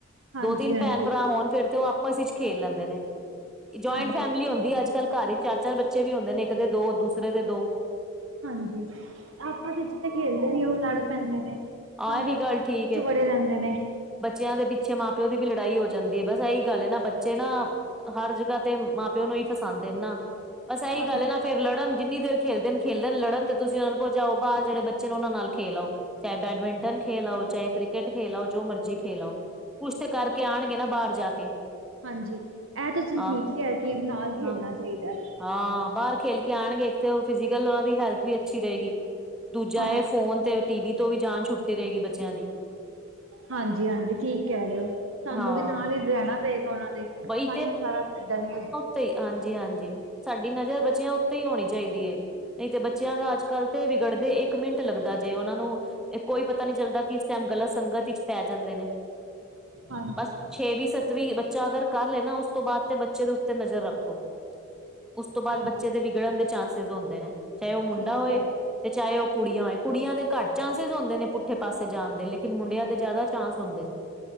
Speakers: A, on the right; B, in the centre.
A: ਹਾਂਜੀ
B: ਦੋ ਤਿੰਨ
A: ਹਾਂਜੀ।
B: ਭੈਣ ਭਰਾ ਹੋਣ ਫਿਰ ਤੇ ਉਹ ਆਪਸ ਵਿੱਚ ਖੇਲ ਲੈਂਦੇ ਨੇ। ਜੁਆਇੰਟ
A: ਹਾਂਜੀ।
B: ਫੈਮਿਲੀ ਹੁੰਦੀ ਅੱਜ ਕੱਲ੍ਹ ਘਰ ਹੀ ਚਾਰ ਚਾਰ ਬੱਚੇ ਵੀ ਹੁੰਦੇ ਨੇ ਇੱਕ ਦੇ ਦੋ ਦੂਸਰੇ ਦੇ ਦੋ।
A: ਹਾਂਜੀ ਆਪਸ ਵਿੱਚ ਤੇ ਉਹ ਖੇਲਦੇ ਨੀ ਉਹ ਲੜ ਪੈਂਦੇ ਨੇ ਤਾਂ
B: ਆਹ ਵੀ
A: ਕਰਕੇ
B: ਗੱਲ ਠੀਕ
A: ਚਿਮੜੇ
B: ਏ
A: ਰਹਿੰਦੇ ਨੇ।
B: ਬੱਚਿਆਂ ਦੇ ਪਿੱਛੇ ਮਾਂ ਪਿਓ ਦੀ ਵੀ ਲੜਾਈ ਹੋ ਜਾਂਦੀ ਹੈ ਬਸ ਇਹੀ ਗੱਲ ਹੈ ਨਾ ਬੱਚੇ ਨਾ ਹਰ ਜਗ੍ਹਾ ਤੇ ਮਾਂ ਪਿਓ ਨੂੰ ਹੀ ਫਸਾਉਂਦੇ ਨਾ ਬਸ ਇਹੀ
A: ਹਾਂਜੀ।
B: ਗੱਲ ਏ ਨਾ ਫੇਰ ਲੜਨ ਜਿੰਨੀ ਦੇਰ ਖੇਲਦੇ ਨੇ ਖੇਲਣ ਲੜਨ ਤੇ ਤੁਸੀਂ ਉਹਨਾਂ ਨੂੰ ਕਹੋ ਬਾਹਰ ਜਿਹੜੇ ਬੱਚੇ ਨੇ ਉਹਨਾਂ ਨਾਲ ਖੇਲ ਆਓ। ਚਾਹੇ ਬੈਡਮਿੰਟਨ ਖੇਲ ਆਓ ਚਾਹੇ ਕ੍ਰਿਕਟ ਖੇਲ ਆਓ ਜੋ ਮਰਜੀ ਖੇਲ ਆਓ। ਕੁਛ ਤੇ ਕਰਕੇ ਆਉਣਗੇ ਨਾ ਬਾਹਰ ਜਾ ਕੇ
A: ਹਾਂਜੀ ਇਹ ਤਾਂ ਤੁਸੀ
B: ਆਹ
A: ਠੀਕ ਕਿਹਾ ਕਿ ਨਾਲ ਖੇਲਣਾ
B: ਹਾਂ
A: ਚਾਹੀਦਾ।
B: ਹਾਂ ਬਾਹਰ ਖੇਲ ਕੇ ਆਉਣਗੇ ਤੇ ਇੱਕ ਤੇ ਫਿਜ਼ਕਲ ਉਹਨਾਂ ਦੀ ਹੈਲਥ ਵੀ ਅੱਛੀ ਰਹੇਗੀ। ਦੂਜਾ
A: ਹਾਂ।
B: ਇਹ ਫੋਨ ਤੇ ਟੀ ਵੀ ਤੋਂ ਵੀ ਜਾਨ ਛੁੱਟੀ ਰਹੇਗੀ ਬੱਚਿਆਂ ਦੀ।
A: ਹਾਂਜੀ, ਹਾਂਜੀ ਠੀਕ ਕਹਿ ਰਹੇ ਹੋ ਸਾਨੂੰ
B: ਹਾਂ
A: ਵੀ ਨਾਲ ਹੀ ਰਹਿਣਾ। ਪਏਗਾ ਉਹਨਾਂ ਦੇ
B: ਬਈ
A: ਤਾਂਹੀ ਉਹ ਸਾਰਾ ਛੱਡਣਗੇ।
B: ਤੇ ਹਾਂਜੀ ਹਾਂਜੀ ਸਾਡੀ ਨਜ਼ਰ ਬਚਿਆਂ ਉੱਤੇ ਹੀ ਹੋਣੀ ਚਾਹੀਦੀ ਏ। ਨਹੀਂ ਤੇ ਬੱਚਿਆਂ ਦਾ ਅੱਜ ਕੱਲ੍ਹ ਤੇ ਵਿਗੜਦੇ ਇੱਕ ਮਿੰਟ ਲੱਗਦਾ ਜੇ ਉਹਨਾਂ ਨੂੰ ਇਹ ਕੋਈ ਪਤਾ ਨਹੀਂ ਚੱਲਦਾ ਕਿ ਇਸ ਟਾਈਮ ਗਲਤ ਸੰਗਤ ਵਿੱਚ ਪੈ ਜਾਂਦੇ ਨੇ
A: ਹਾਂਜੀ।
B: ਬਸ ਛੇਵੀਂ ਸੱਤਵੀਂ ਬੱਚਾ ਅਗਰ ਕਰ ਲੇ ਨਾ ਉਸ ਤੋਂ ਬਾਅਦ ਤੇ ਬੱਚੇ ਦੇ ਉੱਤੇ ਨਜ਼ਰ ਰੱਖੋ। ਉਸ ਤੋਂ ਬਾਅਦ
A: ਹਾਂਜੀ
B: ਬੱਚੇ ਦੇ ਵਿਗੜਨ ਦੇ ਚਾਂਸਿਸ ਹੁੰਦੇ ਨੇ ਚਾਹੇ ਉਹ ਮੁੰਡਾ
A: ਠੀਕ
B: ਹੋਏ
A: ਕਹਿ ਰਹੇ
B: ਤੇ ਚਾਹੇ ਉਹ ਕੁੜੀਆਂ ਹੋਏ ਕੁੜੀਆਂ ਦੇ ਘੱਟ ਚਾਂਸਿਸ ਹੁੰਦੇ ਨੇ ਪੁੱਠੇ ਪਾਸੇ ਜਾਣ ਦੇ ਲੇਕਿਨ ਮੁੰਡਿਆਂ ਦੇ ਜ਼ਿਆਦਾ ਚਾਂਸ ਹੁੰਦੇ ਜੇ।